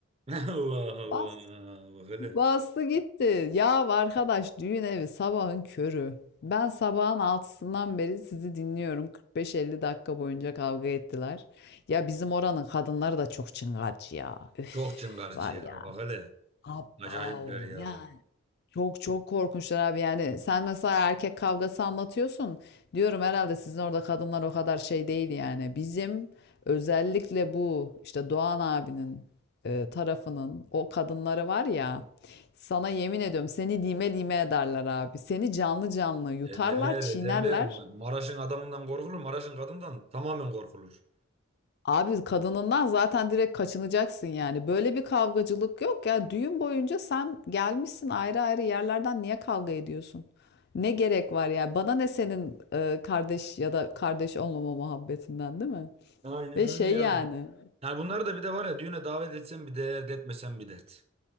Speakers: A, on the right (about 30°); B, on the left (about 50°).
A: Allah Allah.
B: Bas
A: Bak hele.
B: Bastı gitti. Ya arkadaş düğün evi sabahın körü. Ben sabahın altısından beri sizi dinliyorum. 45-50 dakika boyunca kavga ettiler. Ya bizim oranın kadınları da çok çıngarcı ya. Üf
A: Çok çıngarcı
B: var
A: ya.
B: ya.
A: Bak hele.
B: Abav
A: Acayipler ya.
B: ya çok çok korkunçlar abi yani sen mesela erkek kavgası anlatıyorsun diyorum herhalde sizin orada kadınlar o kadar şey değil yani bizim özellikle bu işte Doğan abinin e, tarafının o kadınları var ya sana yemin ediyorum seni lime lime ederler abi seni canlı canlı yutarlar
A: Ederler
B: çiğnerler
A: ederler. Ma- Maraş'ın adamından korkulur. Maraş'ın kadından tamamen korkulur.
B: Abi kadınından zaten direkt kaçınacaksın yani. Böyle bir kavgacılık yok ya. Düğün boyunca sen gelmişsin ayrı ayrı yerlerden niye kavga ediyorsun? Ne gerek var ya? Bana ne senin e, kardeş ya da kardeş olmama muhabbetinden değil mi?
A: Aynen
B: Ve
A: öyle
B: şey
A: ya.
B: yani.
A: Yani bunları da bir de var ya düğüne davet etsen bir dert, etmesen bir dert.